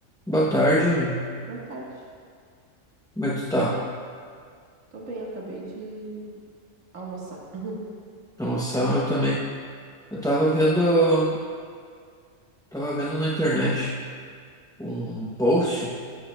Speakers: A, in the centre; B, on the right.
A: Boa tarde,
B: Boa tarde.
A: como é que tu tá?
B: Tô bem, eu acabei de almoçar. <laughs>
A: Na moção, eu também. Eu tava vendo, tava vendo na internet um post